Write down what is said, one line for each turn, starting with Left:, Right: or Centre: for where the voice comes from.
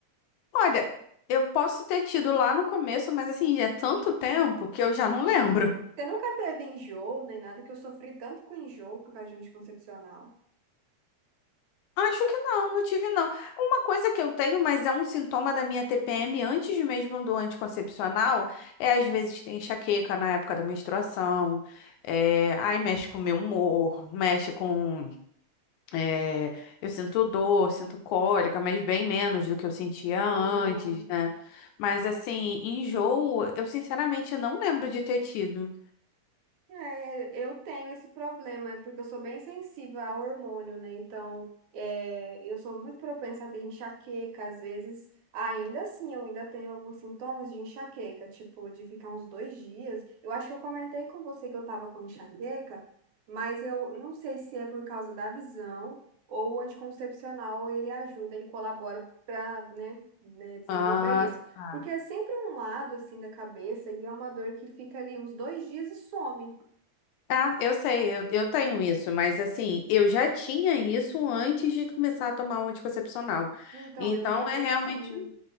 Left: Olha, eu posso ter tido lá no começo, mas assim, já é tanto tempo que eu já não lembro.
Right: Você nunca teve enjoo, nem nada, que eu sofri tanto com enjoo por causa de anticoncepcional.
Left: Acho que não, não tive não. Uma coisa que eu tenho, mas é um sintoma da minha TPM antes mesmo do anticoncepcional, é às vezes tem enxaqueca na época da menstruação, é, aí mexe com o meu humor, mexe com. é, eu sinto dor, sinto cólica, mas bem menos do que eu sentia antes,
Right: Aham.
Left: né? Mas assim, enjoo, eu sinceramente não lembro de ter tido.
Right: É, eu tenho esse problema, é porque eu sou bem sensível ao hormônio, né? Então, é, eu sou muito propensa a ter enxaqueca, às vezes, ainda assim, eu ainda tenho alguns sintomas de enxaqueca, tipo, de ficar uns dois dias. Eu acho que eu comentei com você que eu tava com enxaqueca, mas eu não sei se é por causa da visão ou o anticoncepcional, ele ajuda, ele colabora para, né, né, desenvolver
Left: Ah,
Right: isso.
Left: tá.
Right: Porque é sempre um lado, assim, da cabeça e é uma dor que fica ali uns dois dias e some.
Left: Ah, eu sei, eu, eu tenho isso, mas assim, eu já tinha isso antes de começar a tomar um anticoncepcional.
Right: Então,
Left: Então
Right: eu já
Left: é
Right: não
Left: realmente
Right: tinha.